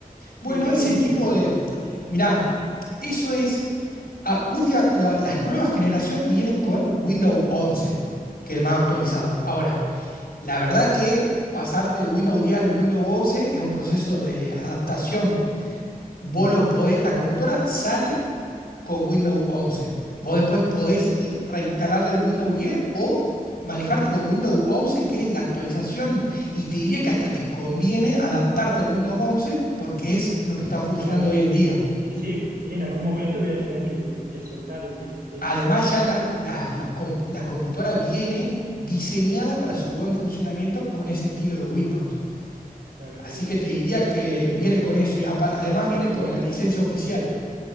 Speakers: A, on the left (about 85°); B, on the right (about 85°).
A: Bueno,
B: ¿qué, qué
A: ese
B: conviene
A: tipo
B: ahí?
A: de... Mirá, eso es Ah, última- la- las nuevas generación vienen con Windows 11, que es el más actualizado.
B: Sí,
A: Ahora, la verdad que pasarte del Windows 10 al Windows 11 es un proceso de adaptación. Vos lo podés, la computadora sale con Windows 11. Vos después podés
B: sí.
A: i- reinstalarle el Windows 10 o manejarte con Windows 11, que es la actualización. Y te diría que hasta te conviene adaptarte al Windows 11 porque es lo que está funcionando
B: Claro.
A: hoy en día.
B: Y sí, sí, en algún momento voy a tener que, que soltar el 10 sí.
A: Además, ya la, la- los com- la computadora viene diseñada para su buen funcionamiento con ese estilo de Windows.
B: Perfecto,
A: Así que te diría
B: perfecto,
A: que viene con eso y apa- además
B: perfecto.
A: viene con
B: Bueno,
A: la licencia oficial.